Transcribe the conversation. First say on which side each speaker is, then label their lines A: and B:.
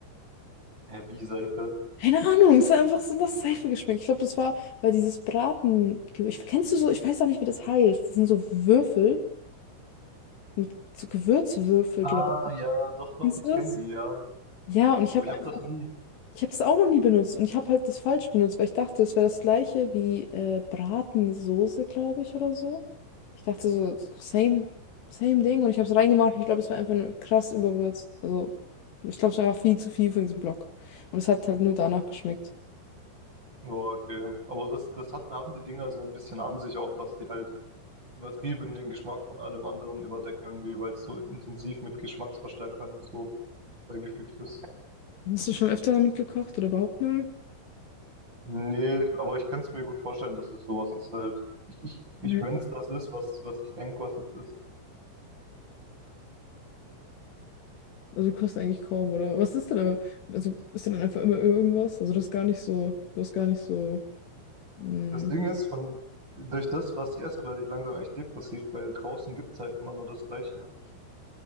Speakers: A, on the right; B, on the left.
A: Heavy Seife.
B: Keine Ahnung, es hat einfach so nach Seife geschmeckt. Ich glaube, das war, weil dieses Braten. Ich, kennst du so, ich weiß auch nicht, wie das heißt. Das sind so Würfel mit so Gewürzwürfel,
A: Ah
B: glaube ich.
A: ja, doch, doch,
B: Kennst
A: ich
B: du
A: kenne
B: das?
A: die, ja.
B: Ja, und ich
A: Aber
B: habe
A: ich
B: einfach,
A: habe das nie.
B: ich habe das auch noch nie benutzt und ich habe halt das falsch benutzt, weil ich dachte, es wäre das gleiche wie äh, Bratensoße, glaube ich, oder so. Ich dachte so, same, same Ding und ich habe es reingemacht und ich glaube, es war einfach nur krass überwürzt. Also, ich glaube, es war einfach viel zu viel für diesen Block. Und es hat halt nur danach geschmeckt.
A: Ja, okay. Aber das, das hat, haben die Dinger so ein bisschen an sich auch, dass die halt übertrieben den Geschmack von allem anderen überdecken irgendwie, weil es so intensiv mit Geschmacksverstärkern und so beigefügt ist.
B: Hast du schon öfter damit gekocht oder überhaupt mal?
A: Nee, aber ich kann es mir gut vorstellen, dass es sowas ist halt. Ich, ich, ich
B: Nö.
A: wenn es das ist, was, was ich denke, was es ist.
B: Also du eigentlich kaum, oder? Was ist denn aber, also ist denn einfach immer irgendwas? Also das ist gar nicht so, das ist gar nicht so, mh.
A: Das Ding ist, von, durch das, was ich esse, werde ich langsam echt depressiv, weil draußen gibt es halt immer nur das Gleiche. Und